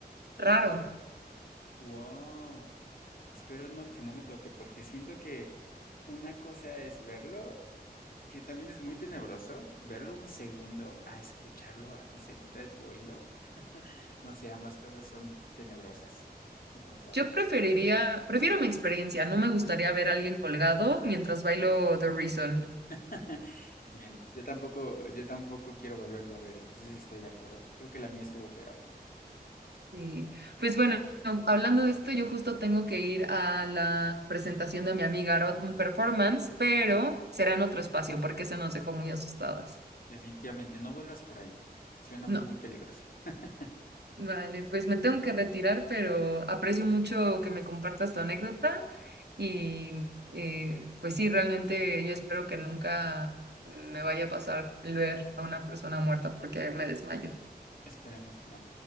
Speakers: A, on the right; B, on the left.
A: Raro.
B: ok, wow. Espero no, que no me toque, porque siento que una cosa es verlo, que también es muy tenebroso, verlo un segundo a escucharlo aquí cerquita de tu oído. <laughs> No sé, ambas cosas son tenebrosas de pensarlas.
A: Yo preferiría, prefiero mi experiencia. No me gustaría ver a alguien colgado mientras bailo The Reason.
B: <laughs> Bien, yo tampoco, yo tampoco quiero volverlo a ver, entonces estoy de acuerdo. Creo que la mía estuvo peor.
A: Y pues bueno, no, hablando de esto, yo justo tengo que ir a la presentación de mi amiga Arot, un performance, pero será en otro espacio porque se nos dejó muy asustadas.
B: Definitivamente, no vuelvas por ahí. Suena
A: No,
B: muy peligroso. <laughs>
A: vale, pues me tengo que retirar, pero aprecio mucho que me compartas tu anécdota Y eh, pues sí, realmente yo espero que nunca me vaya a pasar el ver a una persona muerta porque me desmayo.
B: Esperemos que no.